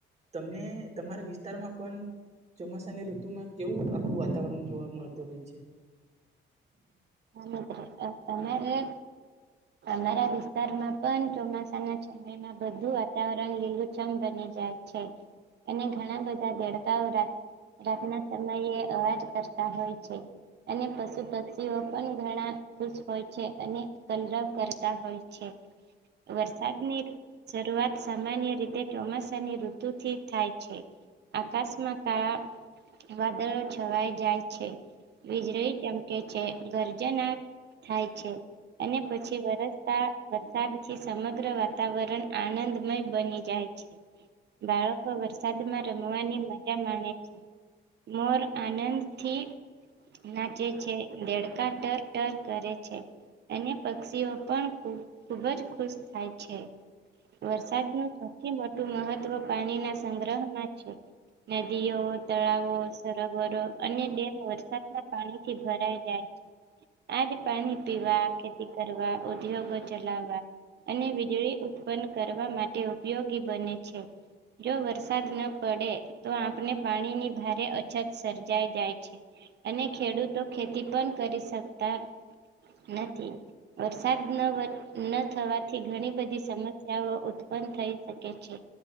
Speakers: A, on the right; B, on the right.
A: તમને તમારા વિસ્તારમાં પણ ચોમાસાની ઋતુમાં કેવું આખું વાતાવરણ જોવા મળતું હોય છે.
B: હ મિત્ર અ તમે જે નયા વિસ્તારમાં પણ ચોમાસાના એમાં બધું વાતાવરણ લીલુંછમ બની જાય છે. એને ઘણા બધા દેડકાઓ રાતે. રાતના ટમયે અવાજ કરતા હોય છે અને પશુ પક્ષીઓ પણ ઘણા ખુશ હોય છે અને કલરવ કરતા હોય છે. વરસાદ નીર. શરૂઆત સામાન્ય રીતે ચોમાસાની ઋતુથી થાય છે. આકાશ મા કા. વાદળો છવાઈ જાય છે વીજળી ચમકે છે ગરજના થાય છે. અને પછી વરસતા વરસાદથી સમગ્ર વાતાવરણ આળંદમય બની. જાય છે બાળકો વરસાદમાં રમવાની મજા માણે છે. મોર આનંદથી નાચે છે દેડ કા ટર ટર કરે છે. અને પક્ષીઓ પણ ખ ખૂબ જ ખુશ થાય છે. વરસાદનું સૌથી મોટું મહત્ત્વ પાણીના સંગ્રહમાં છે. નદીઓ તળાવો સરોવરો અને ડેમ વરસાદના પાણીથી ભરાઈ જાય. છે. આજ પાણી પીવા ખેતી કરવા ઉદ્યોગો ચલાવા. અને વીજળી ઉત્પન્ન કરવા માટે ઉપયોગી બને છે. જો વરસાદ ન પડે તો આપને પાણીની ભારે અછત સર્જાએ જાય છે. અને ખેડૂતો ખેતી પણ કરી શકતા નથી વરસાદ ન. ન થવાથી ઘણી બધી સમસ્યાઓ ઊત્પન પણ થઈ શકે છે